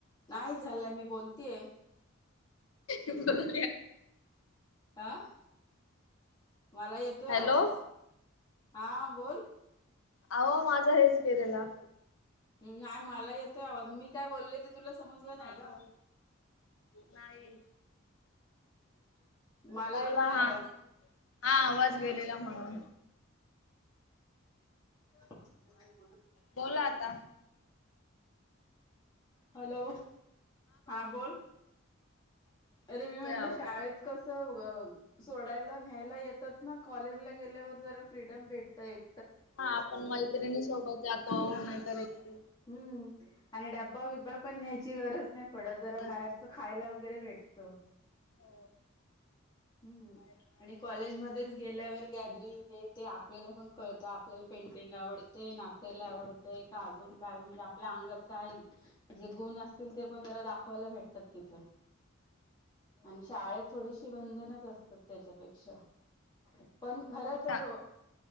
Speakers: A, on the left (about 20°); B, on the left (about 70°).
A: नाही झाचालंय मी बोलतेय
B: बोल
A: अं? मला येतोय
B: हॅलो
A: आवाज हा बोल
B: अहो माझा हेच गेलेला
A: य मला येतोय आवाज मी काय बोलले? तुला समजलं नाही
B: हा
A: का?
B: बोल नाही.
A: मला
B: बोला
A: येतोय आवाज.
B: हा हा आवाज गेलेला म्हणून
A: <unintelligible>
B: बोला आता
A: हॅलो हा बोल
B: हा
A: अरे
B: येतोय
A: मी म्हणल
B: आवाज.
A: शाळेत कस? सोडायला न्यायला येतात ना? कॉलेजला गेल्यावर जरा फ्रीडम भेटत एक
B: हा आपण मैत्रिणी सोबत जातो नाहीतर एके
A: हम्म आणि डब्बा बिब्बा पण न्यायच ची गरज नाही पडत. जरा
B: गरज
A: बाहेरच खायला वगैरे भेटत.
B: हो
A: हम्म
B: बाहेर खायला
A: आणि कॉलेज मध्येच गेल्यावर गॅदरिंग हे ते आपल्याला पण कळतं. आपल्याला पेंटिंग आवडते. नाचायला आवडते. का अजून काय, म्हणजे आपल्या अंगात काय जे गुण असतील ते पण जरा दाखवायला भेटतात तिथ. आणि शाळे
B: भेटतंय
A: त थोडीशी बंधनच असतात त्याच्यापेक्षा. पण खर
B: आणि शा
A: तर